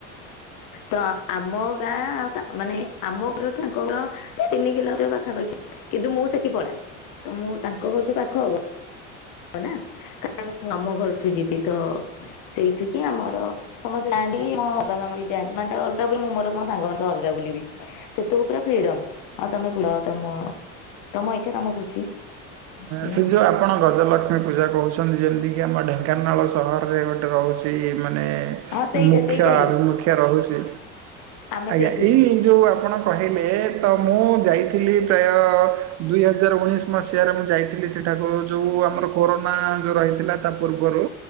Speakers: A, on the left (about 60°); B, on the right (about 45°).
A: ତ ଆମ ଗାଁ ଆଉ ମାନେ ଆମ ଘର ଙ୍କର ତିନି କିଲୋମିଟର ପାଖାପାଖି। କିନ୍ତୁ ମୁଁ ସେଠି ପଳାଏ ତ ମୁଁ ତାଙ୍କ ଘରଠୁ ପାଖ ହବ। ହ ନା କାର ଆମ ଘରଠୁ ଯିବି ତ ସେଇଠିକି ଆମର ସମସ୍ତେ ଯାଆନ୍ତି ମୋ ବାବା ମାମ ବି ଯାଆନ୍ତି ମାନେ ଅଲଗା ବୋଲି ମୁଁ ମୋର ମୋ ସାଙ୍ଗ ମାନଙ୍କ ଅଲଗା ବୁଲିବି। ସେତକ ପୁରା ଫ୍ରିଡମ ହଁ ତମେ ପୁର ତମ ତମ ଇଛା ତମ ଖୁସି। ଏଇଆ
B: ସେ
A: ଆଉ
B: ଯୁଆ ଆପଣ ଗଜଲକ୍ଷ୍ମୀ ପୂଜା କହୁଛନ୍ତି ଯେମିତିକି ଆମ ଢେଙ୍କାନାଳ ସହରରେ ଗୋଟେ ରହୁଛି ମାନେ
A: ହଁ ସେଇଟା
B: ମୁଖ୍ୟ
A: ସେଇଟା ହିଁ
B: ଆଭିମୁଖ୍ୟ ରହୁଛି।
A: ଆମେ
B: ଆଜ୍ଞା
A: ସେଇଠିକି
B: ଏଇଇ ଯୋଉ ଆପଣ କହିଲେ ତ ମୁଁ ଯାଇଥିଲି ପ୍ରାୟ ଦୁଇ ହଜାର ଉଣେଇଶ ମସି ହାରେ ମୁଁ ଯାଇଥିଲି ସେଠାକୁ ଯୋଉ ଆମର କୋରୋନା ଯୋଉ ରହିଥିଲା ତା ପୂର୍ବରୁ